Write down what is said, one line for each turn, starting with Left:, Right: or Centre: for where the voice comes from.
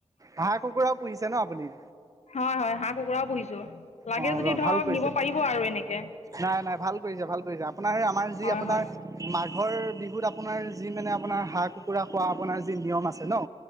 Right: হাঁহ-কুকুৰাও পুহিছে ন আপুনি?
Left: হয়, হয় হাঁহ-কুকুৰাও পুহিছো লাগে
Right: অ
Left: যদি ধৰক
Right: ভাল কৰিছে
Left: নিব পাৰিব আৰু এনেকে।
Right: নাই নাই ভাল কৰিছো ভাল কৰিছে, আপোনাৰ আমাৰ যি
Left: হয়
Right: আপোনাৰ
Left: হয়
Right: মাঘৰ বিহুত আপ আপোনাৰ যি মানে আপোনাৰ হাঁহ-কুকুৰা খোৱাৰ আপোনাৰ যি নিয়ম আছে ন